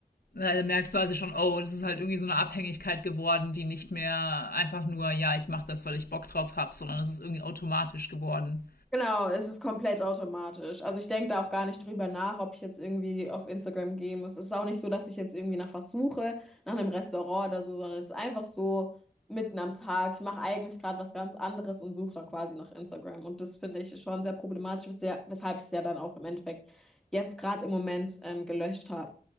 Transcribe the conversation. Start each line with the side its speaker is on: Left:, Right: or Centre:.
Left: Na, da merkst du also schon, oh, das ist halt irgendwie so eine Abhängigkeit geworden, die nicht mehr einfach nur, ja, ich mache das, weil ich Bock drauf habe, sondern es ist irgendwie automatisch geworden.
Centre: Genau, es ist komplett automatisch. Also ich denke da auch gar nicht drüber nach, ob ich jetzt irgendwie auf Instagram gehen muss. Es ist auch nicht so, dass ich jetzt irgendwie nach was suche, nach einem Restaurant oder so, sondern es ist einfach so mitten am Tag. Ich mache eigentlich gerade was ganz anderes und suche dann quasi nach Instagram. Und das finde ich schon sehr problematisch, wesha- weshalb ich es ja dann auch im Endeffekt jetzt gerade im Moment ähm, gelöscht habe.